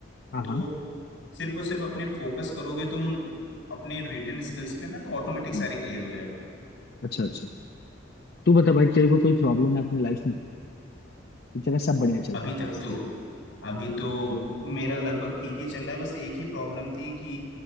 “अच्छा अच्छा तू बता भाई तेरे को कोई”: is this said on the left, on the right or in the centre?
Left